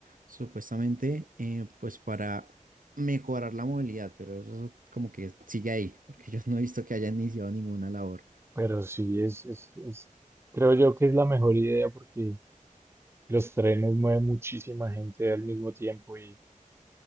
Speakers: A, on the right; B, on the right.
A: supuestamente eh, pues para mejorar la movilidad, pero eso como que sigue ahí, <laughs> porque yo no he visto que hayan iniciado ninguna labor.
B: Pero sí, es, es, es- creo yo que es la mejor idea porque los trenes mueven muchísima gente al mismo tiempo y,